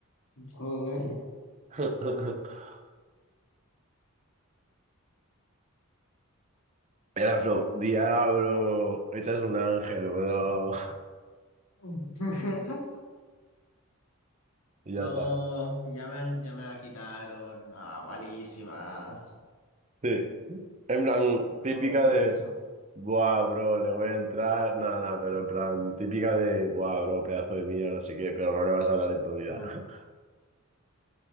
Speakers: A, on the left; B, on the right.
A: joder.
B: <laughs> Era flow, diablo, echas un ángel, bro,
A: <laughs>
B: <laughs> y
A: No,
B: ya está.
A: ya me, ya me la quitaron. Ah, malísima.
B: Sí, en plan, típica
A: Joder, qué
B: de,
A: gracioso.
B: buah, bro, le voy a entrar, nada, nada, pero en plan, típica de, buah, bro, pedazo de mierda, no sé qué, pero no le vas a hablar en tu vida.
A: No.
B: <laughs>